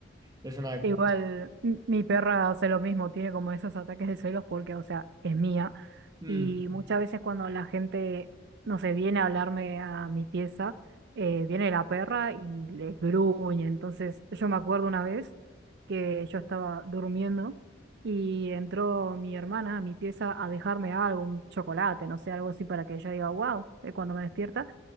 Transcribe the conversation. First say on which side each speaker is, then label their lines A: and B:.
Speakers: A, on the right; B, on the right.
A: es una...
B: Igual, m- mi perra hace lo mismo, tiene como esos ataques de celos porque, o sea, es mía.
A: Mm.
B: Y muchas veces cuando la gente, no sé, viene a hablarme a mi pieza, eh, viene la perra y les gruñe. Entonces, yo me acuerdo una vez que yo estaba durmiendo y entró mi hermana a mi pieza a dejarme algo, un chocolate, no sé, algo así para que yo diga, wow, cuando me despierta